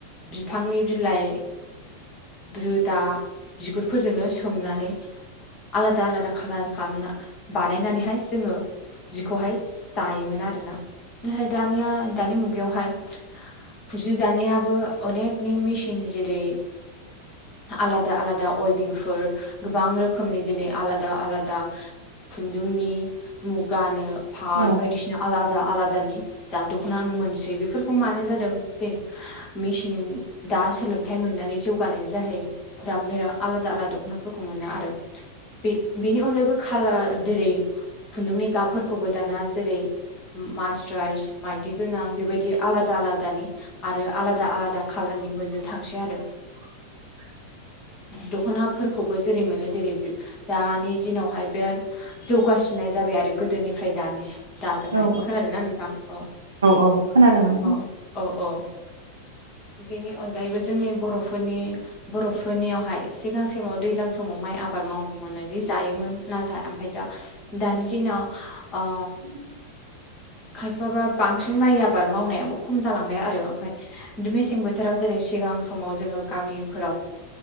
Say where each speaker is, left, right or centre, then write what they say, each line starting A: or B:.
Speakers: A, on the left; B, on the right.
A: बिफांनि बिलाइ रोदा बिगुरफोरजोंनो सोमनानै आलादा आलादा कालार खालामना बानायनानैहाय जोङो जिखौहाय दायोमोन आरोना फ्राय दानिया दानि मुगायावहाय फुजि दानायाबो अनेकनि मेसिन जेरै आलादा आलादा अइभिंफोर गोबां रोखोमनि दिनै आलादा आलादा खुन्दुंनि मुगानो फाट
B: औ
A: बायदिसिना आलादा आलादा दखनाखौ मोनसै बेफोरोखौ मानो‌ जादों जेरै मेसिन <inaudible> सोलोंथाइ मोननानै जौगानायनि जाहै दा बेराद आलादा आलादा दख'नाफोरखौ मोनो आरो
B: <inaudible>
A: बे बेनि अनगायैबो खालार जेरै खुन्दुंनि गाबफोरखौबो दाना जेरै मासराइस माइदि गोनां बेबायदि आलादा आलादानि आरो आलादा आलादा कालार नि मोननो थांसै आरो।
B: <inaudible>
A: दख'नाफोरखौबो जेरै मोनो जेरै दानि दिनावहाय बे जौगासिननाय जाबाय आरो गोदोनिफ्राय दानि दाजोंहाय
B: औ
A: खोनादों ना नोंथां औ
B: औ खोनादों नोंथां
A: औ औ औ बेनि अनगायैबो जोंनि बर'फोरनि बर'फोरनियावहाय सिगांसिमाव दैज्लां समाव मा आबाद मावोननानै जायोमोन नाथाय ओमफ्राय दा दानि दिनाव ओ
B: <inaudible>
A: खायफाबा बांसिन माइ आबाद मावनायाबो खम जालांबाय आरो ओमफ्राय मेसें बोथोराव जेरै सिगां समाव जोङो गामिफोराव